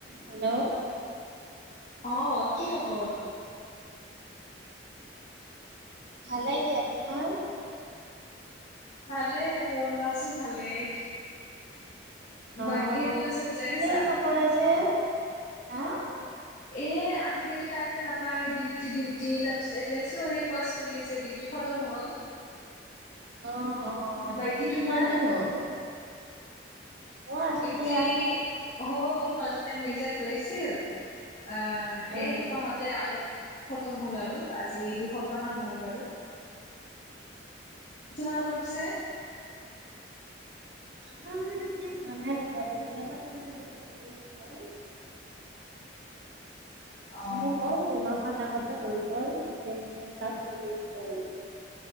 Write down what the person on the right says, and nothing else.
Hello.
ভালে দিয়া তোমাৰ।
অ'।
ফোনেই
নকৰা যে হা?
অ অ ডিউতি
কিমান দিন হ'ল। মই আছোঁ
দিয়া।
অ'।
আমাৰ এতিয়া মনাই যব এতিয়া আমাৰ তোমাৰ নিদিয়ে নহয়। <unintelligible>
মানে হ'ল দুমাহমান আগত। হৈ গল এতিয়া মানে ক্লাছ চলি আছে আৰু।